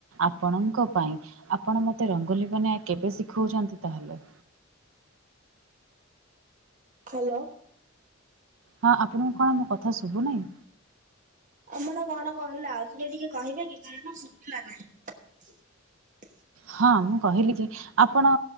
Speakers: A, on the right; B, on the right.
A: ଆପଣଙ୍କ ପାଇଁ ଆପଣ ମତେ ରଙ୍ଗୋଲି ବନ କେବେ ଶିଖଉଛନ୍ତି ତାହେଲେ
B: ହ୍ୟାଲୋ
A: ହଁ ଆପଣଙ୍କୁ କଣ ମୋ କଥା ଶୁଭୁ ନାହିଁ।
B: ଆମଣ କଣ କହିଲେ ଆଉ ଥରେ ଟିକେ କହିବେ କି କାରଣ ଶୁଭିଲା ନାହିଁ।
A: ହଁ ମୁଁ କହିଲି କି ଆପଣ